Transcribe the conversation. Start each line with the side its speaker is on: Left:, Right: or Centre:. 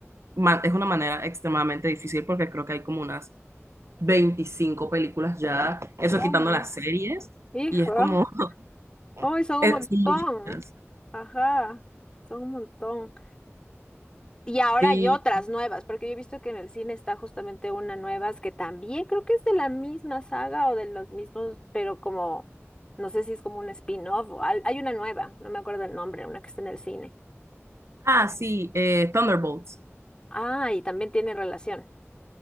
Right: ma- es una manera extremadamente difícil porque creo que hay como unas 25 películas ya, eso
Left: toma,
Right: quitando las series,
Left: hijo.
Right: y es como,
Left: Hoy
Right: <laughs>
Left: son
Right: es
Left: un montón.
Right: son muchas.
Left: Ajá, son un montón. Y ahora
Right: Sí.
Left: hay otras nuevas, porque yo he visto que en el cine está justamente una nueva que también creo que es de la misma saga o de los mismos, pero como, no sé si es como un spin-off o al- hay una nueva, no me acuerdo el nombre, una que está en el cine.
Right: Ah, sí, eh, Thunderbolts.
Left: Ah, y también tiene relación.